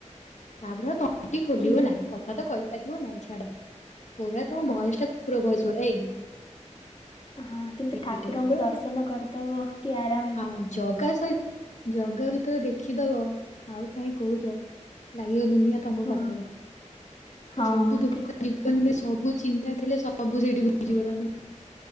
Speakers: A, on the left; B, on the left.
A: ତାପରେ ଆଉ ତଣ୍ଟି ଖୋଲିବ
B: ଯେ
A: ନାହିଁ କଥାତ କହିପାରିବ ନାହିଁ ଛାଡ ପୁରା ତମ
B: ହଁ
A: ଭୟେସ ଟାକୁ କୁକୁର ଭୟେସ୍ ଭଳିଆ ହେଇଯିବ
B: ହଁ କିନ୍ତୁ
A: ଏଇ
B: ଠାକୁରଙ୍କୁ
A: ଟାଇପ୍ ର
B: ଦର୍ଶନ କରିଦବ କି ଆରାମ।
A: ହଁ ଜଗା ସହିତ ଜଗାକୁ ଯେତେବେଳେ ଦେଖିଦବ ଆଉ କାହିଁ କହୁଚ। ଲାଗିବ ଦୁନିଆ ତମ
B: ହଁ
A: ପାଖରେ
B: ହଁ
A: ସବୁ ଦୁଃଖ
B: ଠିକ କଥା
A: ଜୀବନରେ ସବୁଚି ତା ଥିଲେ ସବୁ ସେଇଠି ଭୁଲିଯିବ ତମେ।